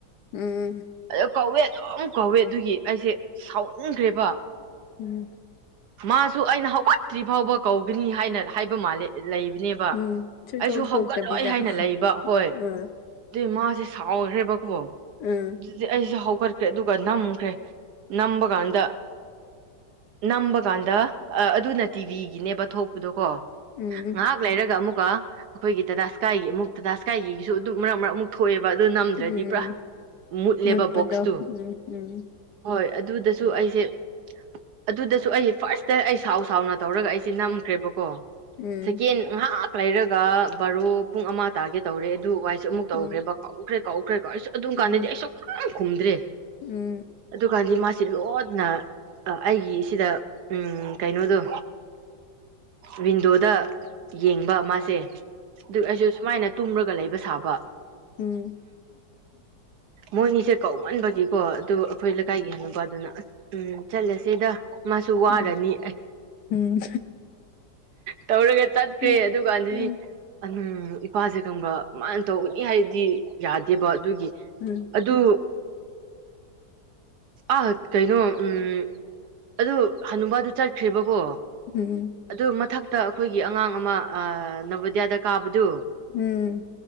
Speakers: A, on the left; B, on the right.
A: ꯎꯝ
B: ꯑꯗꯣ ꯀꯧꯋꯦ ꯑꯗꯨꯝ ꯀꯧꯋꯦ ꯑꯗꯨꯒꯤ ꯑꯩꯁꯦ ꯁꯥꯎꯅꯤꯡꯈ꯭ꯔꯦꯕ
A: ꯎꯝ
B: ꯃꯥꯁꯨ ꯑꯩꯅ ꯍꯧꯒꯠꯇ꯭ꯔꯤ ꯐꯥꯎꯕ ꯀꯧꯒꯅꯤ ꯍꯥꯏꯅ ꯍꯥꯏꯕ ꯃꯥꯂꯦ ꯂꯩꯕꯅꯦꯕ
A: ꯎꯝ ꯁꯨꯇꯣꯛ
B: ꯑꯩꯁꯨ
A: ꯇꯣꯛꯇꯕꯤꯗ
B: ꯍꯧꯒꯠꯂꯣꯏ ꯍꯥꯏꯅ ꯂꯩꯕ ꯍꯣꯏ ꯑꯗꯨꯏ
A: ꯎꯝ
B: ꯃꯥꯁꯦ ꯁꯥꯎꯈ꯭ꯔꯦ ꯕꯀ‌ꯣ
A: ꯎꯝ
B: ꯑꯗꯨꯗꯤ ꯑꯩꯁ‌ꯦ ꯍꯧꯒꯠꯈ꯭ꯔꯦ ꯑꯗꯨꯒ ꯅꯝꯈ꯭ꯔꯦ ꯅꯝꯕ ꯀꯥꯟꯗ ꯅꯝꯕ ꯀꯥꯟꯗ ꯑ ꯑꯗꯨꯅ ꯇꯤꯚꯤꯒꯤꯅꯦꯕ ꯊꯣꯛꯄꯗꯣ ꯀꯣ
A: ꯎꯝ
B: ꯉꯥꯍꯥꯛ ꯂꯩꯔꯒ ꯑꯃꯨꯛꯀ ꯑꯩꯈꯣꯏꯒꯤ ꯇꯥꯇꯥ ꯁ꯭ꯀꯥꯏꯒꯤ ꯑꯃꯨꯛ ꯇꯥꯇꯥꯁ꯭ꯀꯥꯏꯒꯤꯁꯨ ꯑꯗꯨꯝ ꯃꯔꯛ ꯃꯔꯛ ꯑꯃꯨꯛ ꯊꯣꯛꯑꯦꯕ ꯑꯗꯨ ꯅꯝꯗ꯭ꯔꯗꯤ
A: ꯎꯝ
B: ꯄꯨꯔꯥ ꯃꯨꯠꯂꯦꯕ
A: ꯃꯨꯠꯄꯗꯣ
B: ꯕꯣꯛꯁꯇꯨ
A: ꯎꯝ ꯎꯝ
B: ꯍꯣꯏ ꯑꯗꯨꯗꯁꯨ ꯑꯩꯁꯦ ꯑꯗꯨꯗꯁꯨ ꯑꯩ ꯐꯥꯔꯁꯇ ꯑꯩ ꯁꯥꯎ ꯁꯥꯎꯅ ꯇꯧꯔꯒ ꯑꯩꯁꯦ ꯅꯝꯈ꯭ꯔꯦꯕꯀꯣ
A: ꯎꯝ
B: ꯁꯦꯀꯦꯟ ꯉꯥꯍꯥꯛ ꯂꯩꯔꯒ ꯕꯥꯔꯣ ꯄꯨꯡ ꯑꯃ ꯇꯥꯒꯦ ꯇꯧꯔꯦ ꯑꯗꯨ ꯋꯥꯏꯁꯦ ꯑꯃꯨꯛ ꯇꯧꯈ꯭ꯔꯦꯕ
A: ꯎꯝ ꯎꯝ
B: ꯀꯥꯎꯈ꯭ꯔꯦ ꯀꯥꯎꯈ꯭ꯔꯦ ꯀꯥꯎ ꯁꯨꯛ ꯑꯗꯨꯝ
A: ꯎꯝ
B: ꯀꯥꯟꯗꯗꯤ ꯑꯩ ꯁꯨꯛꯈꯨꯝ ꯈꯨꯝꯗ꯭ꯔꯦ
A: ꯎꯝ
B: ꯑꯗꯨꯀꯥꯟꯗꯤ ꯃꯥꯁꯤ ꯂꯣꯠꯅ ꯑꯩꯒꯤ ꯁꯤꯗ ꯀꯩꯅꯣꯗꯣ ꯋꯤꯟꯗꯣꯗ ꯌꯦꯡꯕ ꯃꯥꯁꯦ ꯑꯗꯨ ꯑꯩꯁꯨ ꯁꯨꯃꯥꯏꯅ ꯇꯨꯝꯔꯒ ꯂꯩꯕ ꯁꯥꯕ
A: ꯎꯝ
B: ꯃꯣꯏꯅꯤꯁꯦ ꯀꯧꯃꯟꯕꯒꯤꯀꯣ ꯑꯗꯨ ꯑꯩꯈꯣꯏ ꯂꯩꯀꯥꯏꯒꯤ ꯍꯟꯅꯨꯕꯗꯨꯅ ꯑꯁ ꯎꯝ ꯆꯠꯂꯁꯤꯗ ꯃꯥꯁꯨ ꯋꯥꯔꯅꯤ
A: ꯎꯝ ꯎꯝ
B: ꯇꯧꯔꯒ ꯆꯠꯈ꯭ꯔꯦ
A: ꯎꯝ
B: ꯑꯗꯨꯀꯥꯟꯗꯗꯤ
A: ꯎꯝ
B: ꯑꯗꯨꯝ ꯏꯄꯥꯁꯦ ꯈꯪꯕ꯭ꯔ ꯃꯥꯅ ꯇꯧꯒꯅꯤ ꯍꯥꯏꯗꯤ ꯌꯥꯗꯦꯕ ꯑꯗꯨꯒꯤ
A: ꯎꯝ
B: ꯑꯗꯨ ꯑ ꯀꯩꯅꯣ ꯎꯝ ꯑꯗꯨ ꯍꯅꯨꯕꯥꯗꯨ ꯆꯠꯈ꯭ꯔꯦꯕꯀꯣ
A: ꯎꯝ
B: ꯑꯗꯨ ꯃꯊꯛꯇ ꯑꯩꯈꯣꯏꯒꯤ ꯑꯉꯥꯡ ꯑꯃ ꯑꯥ ꯅꯕꯣꯗꯤ꯭ꯌꯥꯗ ꯀꯥꯕꯗꯨ
A: ꯎꯝ